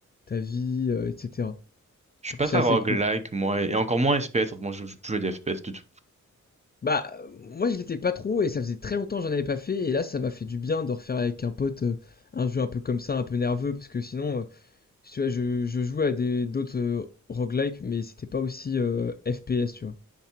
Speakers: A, on the left; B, on the right.
A: ta vie, euh, etc.
B: Je suis
A: Du
B: pas
A: coup, c'est
B: très
A: assez
B: roguelike,
A: cool.
B: moi, et encore moins FPS. Moi, je joue plus à des FPS du tout.
A: Bah, euh, moi, je l'étais pas trop et ça faisait très longtemps que j'en avais pas fait. Et là, ça m'a fait du bien de refaire avec un pote euh, un jeu un peu comme ça, un peu nerveux. Parce que sinon, euh, si tu vois, je, je jouais à des d'autres euh, roguelike, mais c'était pas aussi euh, FPS, tu vois.